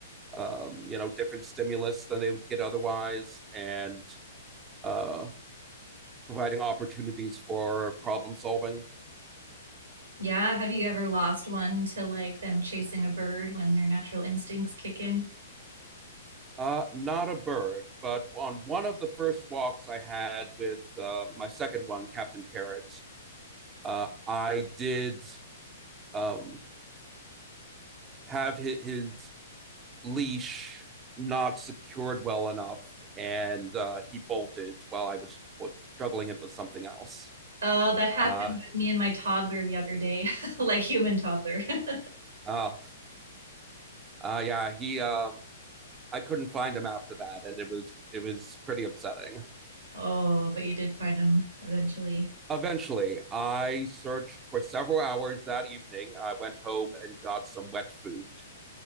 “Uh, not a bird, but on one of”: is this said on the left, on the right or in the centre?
Right